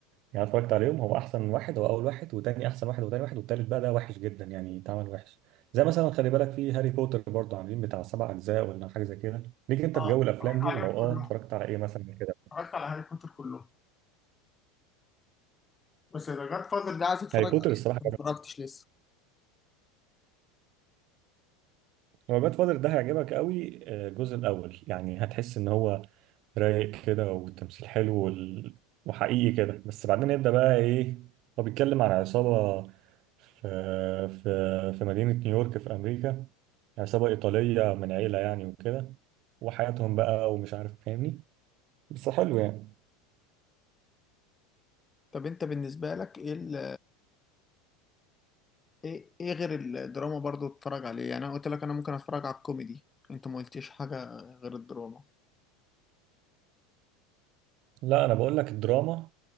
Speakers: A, on the right (about 55°); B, on the left (about 20°).
A: يعني اتفرجت عليهم هو احسن واحد هو اول واحد وتاني احسن واحد وتاني واحد والتالت بقى ده وحش جدا يعني اتعمل وحش زي مثلا خلي بالك في هاري بوتر برضه عاملين بتاع سبع اجزاء ولا حاجه زي كده ليك انت
B: اه
A: في جو الافلام
B: اتفرجت
A: دي
B: عليهم
A: ولو اه
B: كلهم
A: اتفرجت على ايه مثلا كده
B: اتفرجت على هاري بوتر كلهم بس ذا جاد فاذر ده عايز اتفرج
A: هاري بوتر
B: عليه
A: الصراحه
B: ما اتفرجتش لسه
A: هو باد فاذر ده هيعجبك قوي آه، الجزء الاول يعني هتحس ان هو رايق كده والتمثيل حلو وال... وحقيقي كده بس بعدين يبدأ بقى ايه هو بيتكلم عن عصابة في في في مدينة نيويورك في أمريكا عصابة إيطالية من عيلة يعني وكده وحياتهم بقى ومش عارف فاهمني بس حلو يعني
B: طب انت بالنسبة لك ايه ال ايه ايه غير الدراما برضو تتفرج عليه يعني انا قلت لك انا ممكن اتفرج على الكوميدي انت ما قلتيش حاجة غير الدراما
A: لا أنا بقول لك الدراما